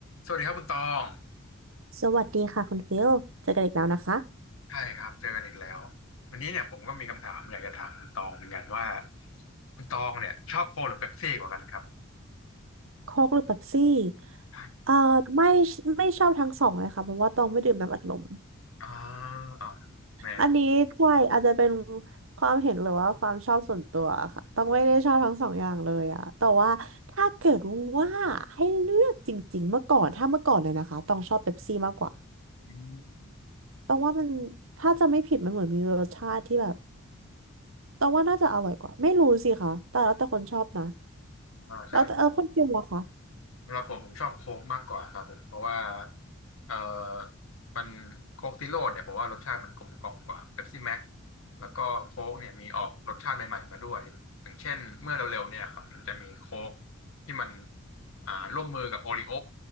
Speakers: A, on the left; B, on the right.
A: สวัสดีครับคุณตอง
B: สวัสดีค่ะคุณฟิลเจอกันอีกแล้วนะคะ
A: ใช่ครับเจอกันอีกแล้ววันนี้เนี่ยผมก็มีคำถามอยากจะถามคุณตองเหมือนกันว่าคุณตองเนี่ยชอบโค้กหรือเป๊ปซี่กว่ากันครับ
B: โค้กหรือเป๊ปซี่
A: ใช่
B: เอ่อไม่ไม่ชอบทั้งสองเลยค่ะเพราะว่าตองไม่ดื่มน้ำอัดลม
A: อ่าอ้าวแหม
B: อันนี้ใช่อาจจะเป็นความเห็นหรือว่าความชอบส่วนตัวค่ะต้องไม่ได้ชอบทั้งสองอย่างเลยอะแต่ว่าถ้าเกิดว่าให้เลือกจริงๆเมื่อก่อนถ้าเมื่อก่อนเลยนะคะต้องชอบเป๊ปซี่มากกว่า
A: อืม
B: ต้องว่ามันถ้าจะไม่ผิดมันเหมือนมีรสชาติที่แบบต้องว่าน่าจะอร่อยกว่าไม่รู้สิคะแต่แล้วแต่คนชอบนะ
A: อ่าใช่
B: แล้วแต่เออคุณฟิลล่ะคะ
A: สำหรับผมผมชอบโค้กมากกว่าครับผมเพราะว่าเอ่อมันโค้กซีโร่เนี่ยผมว่ารสชาติมันกลมกล่อมกว่าเ e ปซี่แม็กซ์แล้วก็โค้กเนี่ยมีออกรสชาติใหม่ๆมาด้วยอย่างเช่นเมื่อเร็วๆเนี่ยครับมันจะมีโค้กที่มันอ่าร่วมมือกับโอริโอ